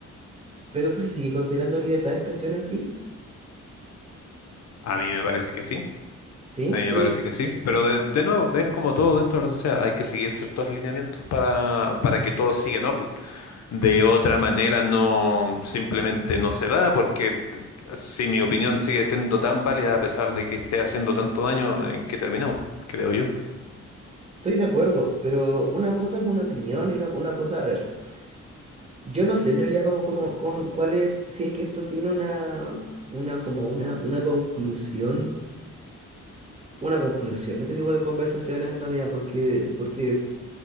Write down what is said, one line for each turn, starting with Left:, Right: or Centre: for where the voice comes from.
Right: ¿Pero eso se sigue considerando libertad de expresión en sí?
Left: A mí me parece que sí.
Right: ¿Sí?
Left: A mí me
Right: ¿Tú,
Left: parece que sí, pero de, de nuevo, es como todo dentro de la sociedad, hay que seguir ciertos lineamientos para, para que todo siga en orden. De otra manera, no, simplemente no se da, porque si mi opinión sigue siendo tan válida a pesar de que esté haciendo tanto daño, ¿en qué terminamos? Creo yo.
Right: Estoy de acuerdo, pero una cosa es una opinión y una, una cosa, a ver, yo no sé en realidad cómo, cómo, cómo- cuál es, si es que esto tiene una, una, como una, una conclusión, una conclusión de este tipo de conversaciones en realidad, porque, porque